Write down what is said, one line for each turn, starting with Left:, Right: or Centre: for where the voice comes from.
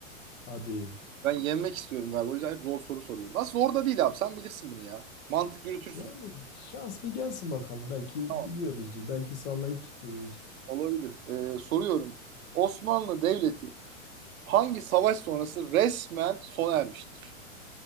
Left: Hadi.
Right: Ben yenmek istiyorum galiba. O yüzden hep zor soru soruyorum. Aslında zor da değil abi. Sen bilirsin bunu ya. Mantık yürütürsün.
Left: Yani şans bir gelsin bakalım. Belki
Right: Tamam.
Left: biliyoruzdur. Belki sallayıp tuttururuz.
Right: Olabilir. E, soruyorum. Osmanlı Devleti Hangi savaş sonrası resmen sona ermiştir?